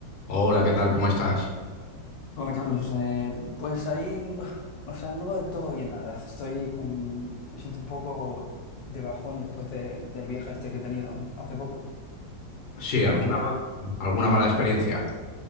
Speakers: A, on the left; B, on the left.
A: Hola, ¿qué tal? ¿Cómo estás?
B: Hola Carlos, Eh, pues ahí, mm, o sea, no del todo bien, la verdad. Estoy con, me siento un poco de bajón después de- del viaje este que he tenido hace poco.
A: Sí, alguna,
B: Y quería ver,
A: alguna mala experiencia.